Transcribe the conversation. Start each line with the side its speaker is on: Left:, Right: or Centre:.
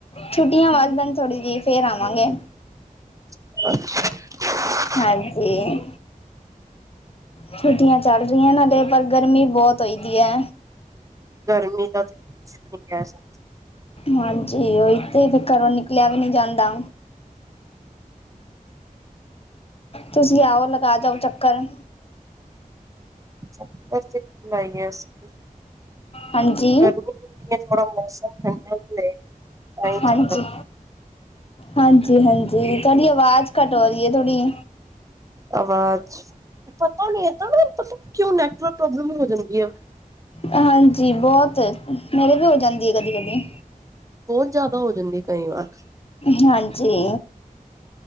Left: ਛੁੱਟੀਆਂ ਵੱਧ ਜਾਣ ਥੋੜ੍ਹੀ ਜਿਹੀ ਫੇਰ ਆਵਾਂਗੇ।
Right: <unintelligible>
Left: ਹਾਂਜੀ, ਛੁੱਟੀਆਂ ਚੱਲ ਰੀਆਂ ਨਾਲੇ, ਪਰ ਗਰਮੀ ਬੋਤ ਹੋਈ ਦੀ ਏ।
Right: ਗਰਮੀ ਤਾ ਜੀ ਕੁੱਛ ਨੀ ਕੇਹ ਸਕਦੇ।
Left: ਹਾਂਜੀ, ਓਈ ਤੇ ਫਿਰ ਘਰੋਂ ਨਿਕਲੇਆ ਵੀ ਨੀ ਜਾਂਦਾ। ਤੂਸੀਂ ਆਓ ਲਗਾ ਜਾਓ ਚੱਕਰ?
Right: ਚੱਕਰ ਕਿੱਥੇ ਲਾਈਏ ਅਸੀ।
Left: ਹਾਂਜੀ
Right: ਗਰਮੀ ਇੱਨੀ ਏ ਥੋੜਾ ਮੌਸਮ ਠੰਡਾ ਹੋਏ ਤਾਂਈ
Left: ਹਾਂਜੀ
Right: ਚੱਕਰ <inaudible>
Left: ਹਾਂਜੀ, ਹਾਂਜੀ ਤੂਆਡੀ ਅਵਾਜ ਘੱਟ ਹੋ ਰੀ ਐ ਥੋੜੀ।
Right: ਅਵਾਜ, ਪਤਾ ਨੀ ਏਤਾਂ ਮੈਂ ਨੀ ਪਤਾ ਕਿਂਉ ਨੈਟਵਰਕ ਪ੍ਰੋਬਲਮ ਹੋ ਜਾਂਦੀ ਏ।
Left: ਹਾਂਜੀ ਬ੍ਹੋਤ, ਮੇਰੇ ਵੀ ਹੋ ਜਾਂਦੀ ਐ ਕਦੀ, ਕਦੀ।
Right: ਬੋਤ ਜਾਦਾ ਹੋ ਜਾਂਦੀ ਏ ਕਈਂ ਵਾਰ।
Left: ਹਾਂਜੀ।